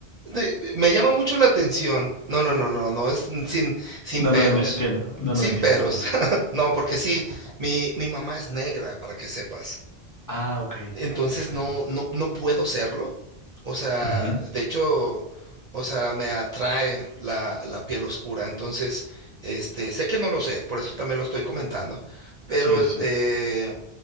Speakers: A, on the right; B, on the left.
A: de- me llama mucho la atención. No, no, no, no, no, es sin, sin
B: <laughs> no,
A: peros,
B: no, no, entiendo, no,
A: sin
B: no, entiendo,
A: peros.
B: entiendo.
A: <laughs> No, porque sí, mi, mi mamá es negra, para que sepas.
B: Ah, ok,
A: Entonces
B: ok,
A: no,
B: ok.
A: no, no puedo serlo. O sea,
B: Ujú.
A: de hecho, o sea, me atrae la, la piel oscura. Entonces, este, sé que no lo sé, por eso también lo estoy comentando. Pero
B: Sí, sí,
A: es-
B: sí.
A: eh,